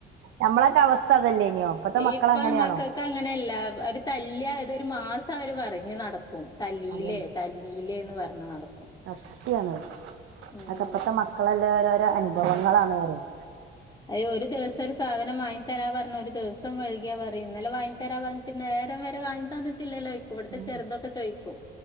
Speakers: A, on the right; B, on the left.
A: നമ്മളൊക്കെ അവസ്ഥ അതല്ലേ ഇനിയോ ഇപ്പത്തെ മക്കൾ
B: ഇപ്പം
A: അങ്ങനെയാണോ
B: മക്കക്ക് അങ്ങനയല്ല ഒര് തല്ലിയാ അത ഒരു മാസ് വര് പറഞ്ഞ നടക്കും തല്ലിലേ
A: അതന്നെ
B: തല്ലിലേന്ന് പറഞ്ഞ് നടക്കും
A: സത്യാണ്
B: ഉം
A: അത് 'ഇപ്പത്ത മക്കളല്ലെ രോരോ അനുഭവങ്ങളാണ് ന്നറിയും
B: അതിന് ഒരു ദിവസം ഒരു സാധനം വാ ങ്ങിതരാ പറഞ്ഞു ഒര്ദിവസം വഴുകിയാ പറയും ഇന്നലെ വാങ്ങി തരാ പറഞ്ഞ് ഈ നേരം വരെ വങ്ങി തന്നിട്ടില്ലല്ലോയിക്ക് ഇവിടത്തെ
A: ഉം.
B: ചെറതൊക്കെ ചോയിക്കും